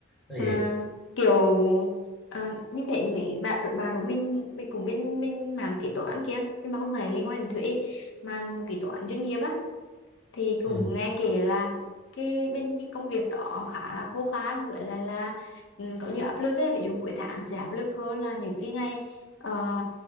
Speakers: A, in the centre; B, on the left.
A: nó
B: à,
A: vậy đó
B: kiểu à, mình thấy mấy bạn được bạn của mình mình cũng bên bên mảng kế toán kia nhưng mà không phải liên quan đến thuế mà kế toán doanh nghiệp á thì
A: ừ.
B: cũng nghe kể là cái bên cái công việc đó khá là khô khan với lại là ừ, có nhiều áp lực ấy ví dụ cuối tháng sẽ áp lực hơn là những cái ngày ờ,